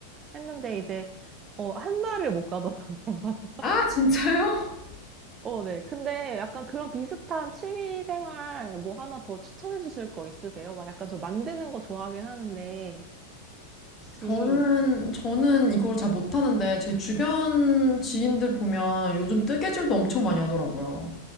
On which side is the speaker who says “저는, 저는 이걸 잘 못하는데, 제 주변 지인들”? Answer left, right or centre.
Left